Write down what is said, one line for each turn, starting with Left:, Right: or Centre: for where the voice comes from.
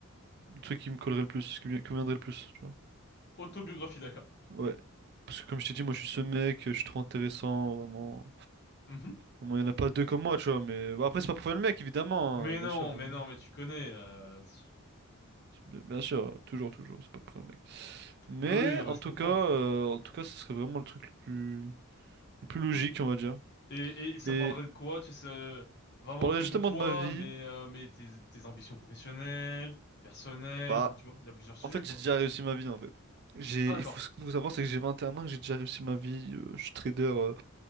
Right: le truc qui me collerait le plus, ce qui me conviendrait le plus. Tu vois?
Left: Autobiographie, d'accord.
Right: Ouais. Parce que comme je t'ai dit, moi, je suis ce mec. Je suis trop intéressant, vraiment.
Left: Mhm.
Right: Vraiment, Il n'y en a pas deux comme moi, tu vois. Mais bon, après, c'est pas pour faire le mec, évidemment,
Left: Mais
Right: hein, bien
Left: non,
Right: sûr. hein.
Left: mais non, mais tu connais. euh, pff,
Right: Bien bien sûr, toujours, toujours, c'est pas pour faire le mec. Mais
Left: bah oui, non,
Right: en
Left: mais je
Right: tout
Left: comprends.
Right: cas, euh, en tout cas, ce serait vraiment le truc le plus, le plus logique,
Left: Ok.
Right: on va dire.
Left: Et, et ça
Right: Et
Left: parlerait de quoi? Tu sais, c'est vraiment
Right: je parlerais
Left: que
Right: justement
Left: de toi,
Right: de ma vie.
Left: mais, euh, mais tes, tes ambitions professionnelles, personnelles,
Right: Bah,
Left: enfin, tu vois, il y a plusieurs sujets,
Right: en fait,
Left: quoi.
Right: j'ai déjà réussi ma vie, en fait. J'ai,
Left: Ah, d'accord,
Right: il faut, ce qu'il faut savoir, c'est que j'ai 21 ans, que j'ai déjà réussi ma vie. euh, je suis trader euh,